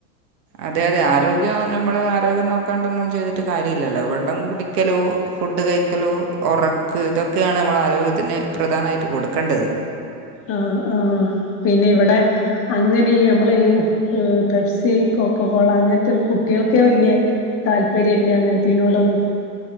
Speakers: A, on the right; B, on the left.
A: അതെ അതെ ആരോഗ്യം നമ്മള് ആരോഗ്യം നോക്കാണ്ടൊന്നും ചെയ്തിട്ട് കാര്യല്ലല്ലോ വെള്ളം കുടിക്കലോ ഫുഡ് കഴിക്കലും, ഒറക്ക് ഇതൊക്കെയാണ് നമ്മള് ആരോഗ്യത്തിന് പ്രധാനായിട്ട് കൊടുക്കേണ്ടത്
B: ആഹ് ആഹ് പിന്നെ ഇവിടെ അങ്ങനെ ഈ നമ്മളെ ഈ പെപ്സി, കോക്ക കോള അങ്ങൻത്തൊന്നും കുട്ടികൾക്കെ വലിയ താല്പര്യല്ല അങ്ങനത്തെനോടൊന്നും